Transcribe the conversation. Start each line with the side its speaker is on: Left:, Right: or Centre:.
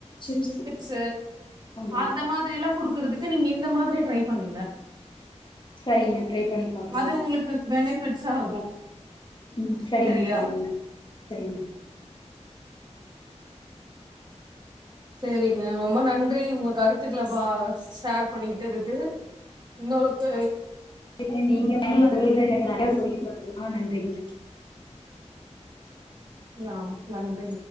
Left: சிப்ஸ்
Right: சிப்ச்
Left: ஆமா
Right: அந்த மாதிரெல்லாம் கொடுக்க கொடுக்கிறதுக்கு நீங்க இந்த மாதிரி டரை பண்ணுங்க
Left: சரிங்க ட்ரை பண்ணி பாக்குறேங்க
Right: அது உங்களுக்கு பெனிஃபிட்ஸா இருக்கு
Left: ம் சரிங்க
Right: சரியா
Left: சரிங்க சரிங்க
Right: சரிங்க ரொம்ப நன்றி உங்க கருத்துக்களை ஷேர் பண்ணிகிட்டதுக்கு இன்னொருத்த
Left: சரி நீங்க வில தொழ எனக்கு நிறைய சொல்லிக்கொடுத்து நன்றிங்க
Right: ஆஹ நன்றி